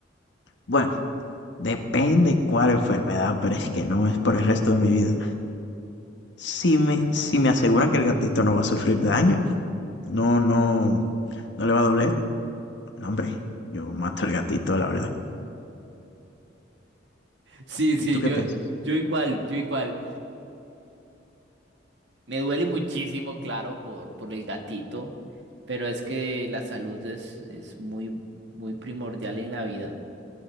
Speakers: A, on the left; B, on the right.
A: bueno, depende cuál enfermedad, pero es que no es por el resto de mi vida. Si me, si me aseguran que el gatito no va a sufrir daño, no, no, no le va a doler, no, hombre, yo mato al gatito, la verdad.
B: Sí, sí,
A: ¿Y tú qué
B: yo,
A: piensas?
B: yo igual, yo igual. Me duele muchísimo, claro, por, por el gatito, pero es que la salud es, es muy, muy primordial en la vida.